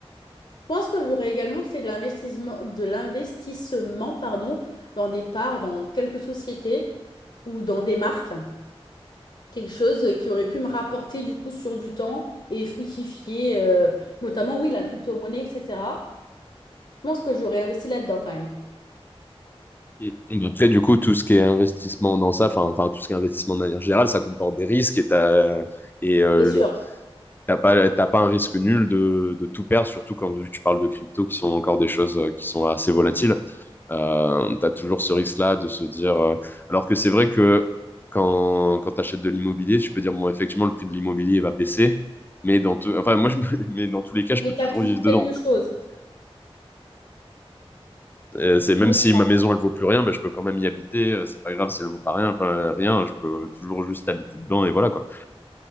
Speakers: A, on the left; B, on the left.
A: Je pense que j'aurais également fait de l'investissement, de l'investissement, pardon, dans des parts, dans quelques sociétés ou dans des marques. Quelque chose qui aurait pu me rapporter du coup sur du temps et fructifier, euh, notamment, oui, la crypto-monnaie, etc. Je pense que j'aurais investi là-dedans quand même.
B: Et- Et Après, du coup, tout ce qui est investissement dans ça, enfin, enfin, tout ce qui est investissement de manière générale, ça comporte des risques et t'as, et euh,
A: C'est
B: le-
A: sûr.
B: t'as pas, t'as pas un risque nul de, de tout perdre, surtout quand tu parles de crypto, qui sont encore des choses euh, qui sont assez volatiles. Euh, t'as toujours ce risque-là de se dire, euh, alors que c'est vrai que quand, quand t'achètes de l'immobilier, tu peux dire, bon, effectivement, le prix de l'immobilier va baisser, mais dans tout, enfin, moi, je me- <laughs> mais dans tous les cas, je
A: Mais
B: peux
A: tu
B: toujours
A: as toujours
B: vivre dedans.
A: quelque chose.
B: Euh, c'est même
A: Oui.
B: si ma maison elle vaut plus rien, ben, je peux quand même y habiter. euh, C'est pas grave si elle vaut pas rien, enfin, rien. Je peux toujours juste habiter dedans et voilà quoi.